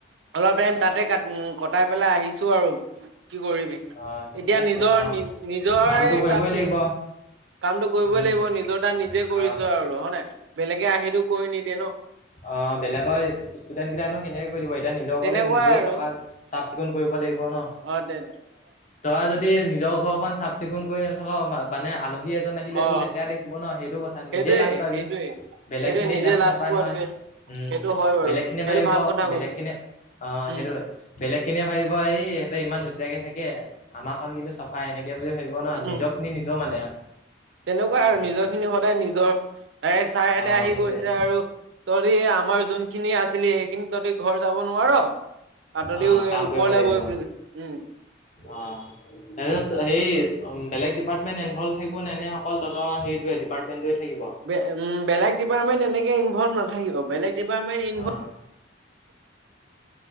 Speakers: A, on the right; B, on the left.
A: অলপ টাইম তাতে ক উ কটাই পেলাই আহিছো আৰু, কি কৰিবি।
B: অ ঠিকে
A: এতিয়া
B: আছে
A: নিজৰ
B: অ
A: নি নিজৰে
B: কামটো কৰিবই
A: তাত
B: লাগিব
A: কামটো কৰিবই
B: উম
A: লাগিব নিজৰ তাত নিজে কৰিছো
B: অ
A: আৰু, হয় নাই বেলেগে আহিটো কৰি নিদিয়ে ন।
B: অ', বেলেগৰ ষ্টুডেন্ট কেইটা নো কেনেকে কৰি দিব এতিয়া নিজৰ
A: তেনেকুৱাই
B: কলেজ নিজে
A: আৰু
B: চাফা চাফ চিকুণ কৰিব লাগিব ন।
A: অ', দে।
B: তই যদি নিজৰ ঘৰখন চাফ চিকুণ কৰি নাথাক মানে আলহী এজন আহিলে
A: অ
B: তোৰ লেতেৰা দেখিব ন সেইটো কথা
A: সেইটোৱে
B: নিজে লাজ পাবি,
A: সেইটোৱে
B: বেলেগ
A: সেইটোৱে
B: খিনিয়ে
A: নিজে
B: লাজ নাপায়
A: পোৱাতকে
B: নহয়। উম,
A: সেইটো হয় বাৰু
B: বেলেগ খিনিয়ে
A: সেইটো
B: ভাবিব,
A: ভাল কথা
B: বেলেগ
A: কৈছো
B: খিনি অ'
A: উম
B: সেইটোৱে। বেলেগ খিনিয়ে ভাবিব এ সিহঁতে ইমান লেতেৰাৰাকে থাকে, আমাৰ খন কিন্তু চফাই এনেকে কে বুলি ভাবিব ন।
A: উম,
B: নিজৰ খিনি নিজৰ মানে
A: তেনেকুৱা আৰু,
B: উম
A: নিজৰ খিনি সদায় নিজৰ ত ছাৰহেঁতে
B: অ
A: আহি
B: সেইটোৱে
A: গৈছে আৰু তঁহতি আমাৰ যোনখিনি আছিলি, সেইখিনি তঁহতি ঘৰ যাব নোৱাৰ। পাতদিও
B: অ কাম
A: ওপৰলৈ
B: কৰিব লাগিব
A: গৈ বুলি কৈছে, উম।
B: অ', তাৰপিছত সেই বেলেগ ডিপাৰটেণ্ট ইণভলভ থাকিব নে, নে অকল তহতঁৰ সেইটোৱে ডিপাৰ্টেণ্টে থাকিব।
A: বেলেগ, বেলেগ ডিপাৰ্টমেট এনেকে ইনল্ভ নাথাকিব, বেলেগ ডিপাৰ্টমেন্ট
B: অ'।